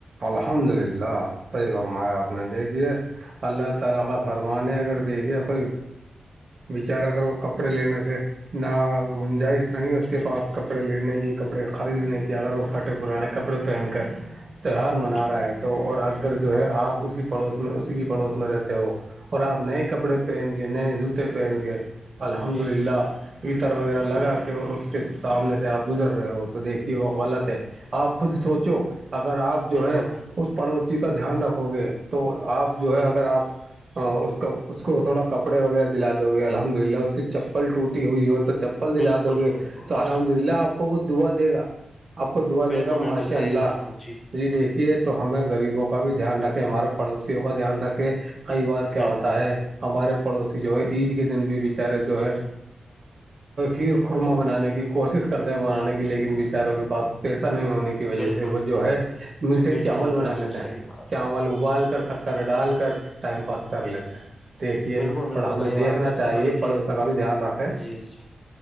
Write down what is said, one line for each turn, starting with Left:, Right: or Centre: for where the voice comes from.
Right: الحمد للہ صحیح فرما آپ نے دیکھیے رفف بیچارا اگر وہ کپڑے لینے سے نہ گنجائش نہیں اس کے پاس کپڑے لینے کی کپڑے خریدنے کی اگر وہ پھٹے پرانے کپڑے پین کارڈ تیوار منا رہا ہے تو اور اگر جو ہے آپ اسی پڑوس میں اسی کی پڑوس میں رہتے ہو اور آپ نئے کپڑے پہن کے نئے جوتے پہن کے الحمد
Left: جی
Right: للہ
Left: جی
Right: عیتر وغیرہ لگا کے اس کے سامنے سے آپ گزر رہے ہو تو دیکھیے وہ غلط ہے آپ خود سوچو اگر آپ جو
Left: بالکل
Right: ہے اس پڑوسی کا دھیان رکھو گے تو آپ جو ہے اگر آپ ہ اس کا اس کو تھوڑا کپڑے وغیرہ دلا دو گے الحمد للہ اس کی چپل وٹی ہوئی ہو تو
Left: بالکل
Right: ل دلا
Left: بالکل
Right: دو گے
Left: بالکل
Right: تو الحمد للہ آپ کو وہ دعا دے گا آپ کو دعا
Left: بالکل
Right: دے گا
Left: بالکل
Right: ماشاء
Left: صحیح
Right: اللہ
Left: بات ہے
Right: جی دیکھیے تو ہمیں غریبوں کا بھی دھیان رکھے ہمارے پڑوسیوں کا دھیان رکھے کئی بار کیا
Left: بالکل
Right: ہوتا ہے ہمارے پڑوسی جو ہے عید کے دن بھی بیچارے جو ہے یر خورمہ بنانے کی کوشش کرتے ہیں بنانے کی لیکن بچاروں کے پاس پیسہ نہیں ہونے کی وجہ
Left: بالکل
Right: سے وہ جو ہے میٹھے
Left: بالکل
Right: چاول بنا
Left: بالکل
Right: لیتے
Left: صحیح
Right: ہیں
Left: بات
Right: چاول ابال کر سکتے کر ڈال کر ٹائم پاس کر لیتے ہیں دیکھیے
Left: بالکل بالکل
Right: تھوڑا ہمیں
Left: صحیح بات
Right: دیکھنا
Left: سب
Right: چاہیے
Left: سے بڑی
Right: پڑوسوں
Left: چیز
Right: کا بھی دھیان رکھے
Left: جی